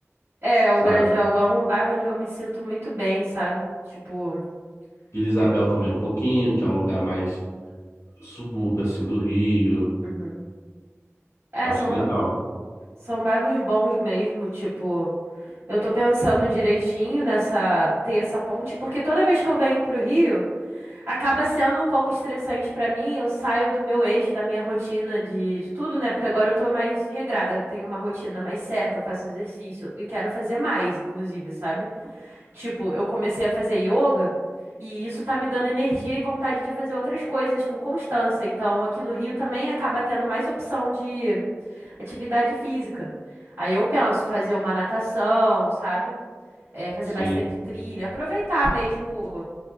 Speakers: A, on the right; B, on the left.
A: É,
B: sabe?
A: o Grajaú é um bairro onde eu me sinto muito bem, sabe? Tipo,
B: Vila Isabel
A: eu-
B: também um pouquinho, que é um lugar mais subúrbio, assim, do Rio.
A: uhum. É,
B: Acho
A: são,
B: legal,
A: ba- são bairros bons mesmo, tipo, eu tô pensando direitinho nessa, ter essa ponte, porque toda vez que eu venho pro Rio, acaba sendo um pouco estressante pra mim, eu saio do meu eixo, da minha rotina de, de tudo, né? Porque agora eu tô mais regrada, eu tenho uma rotina mais certa, eu faço exercício e quero fazer mais, inclusive, sabe? Tipo, eu comecei a fazer yoga e isso tá me dando energia e vontade de fazer outras coisas com constância. Então, aqui no Rio também acaba tendo mais opção de atividade física. Aí eu penso fazer uma natação, sabe? É, fazer
B: sim.
A: bastante trilha, aproveitar mesmo,